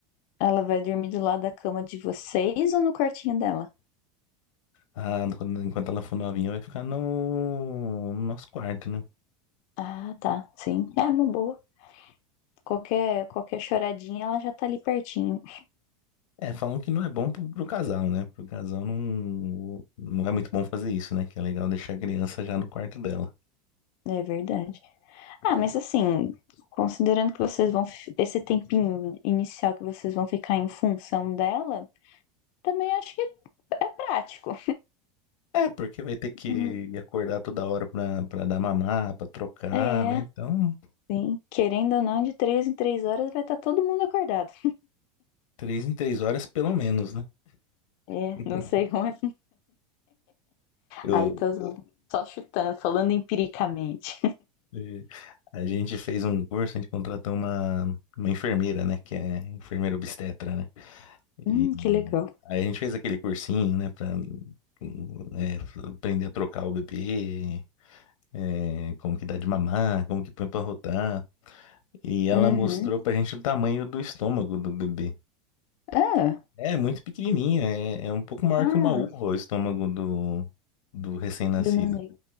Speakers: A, on the left; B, on the left.
A: ela vai dormir do lado da cama de vocês ou no quartinho dela?
B: Ah, quando- enquanto ela for novinha, vai ficar no, no nosso quarto, né?
A: Ah, tá. Sim. É uma boa. Qualquer, qualquer choradinha, ela já tá ali pertinho.
B: É, falam que não é bom pro, pro casal, né? Pro casal não, não é muito bom fazer isso, né? Que é legal deixar a criança já no quarto dela.
A: É verdade. Ah, mas assim, considerando que vocês vão, fi- esse tempinho inicial que vocês vão ficar em função dela, também acho que é prático.
B: É, porque vai ter que
A: Hum.
B: acordar toda hora pra, pra dar mamar, pra trocar,
A: É,
B: né? Então.
A: sim. Querendo ou não, de três em três horas vai estar todo mundo acordado.
B: Três em três horas, pelo menos, né?
A: É,
B: <laughs>
A: não sei como é.
B: Eu,
A: Aí tô só chutando, falando empiricamente.
B: eh, a gente fez um curso, a gente contratou uma, uma enfermeira, né? Que é enfermeira obstetra, né?
A: Hum,
B: E
A: que legal.
B: aí a gente fez aquele cursinho, né? Pra, hum, eh, aprender a trocar o bebê, eh, como que dá de mamar, como que põe pra rotar. E ela
A: Uhum.
B: mostrou pra gente o tamanho do estômago do bebê.
A: Ah,
B: É, é muito pequenininho, é, é um pouco maior
A: ah,
B: que uma uva o estômago do, do recém-nascido.
A: do neném.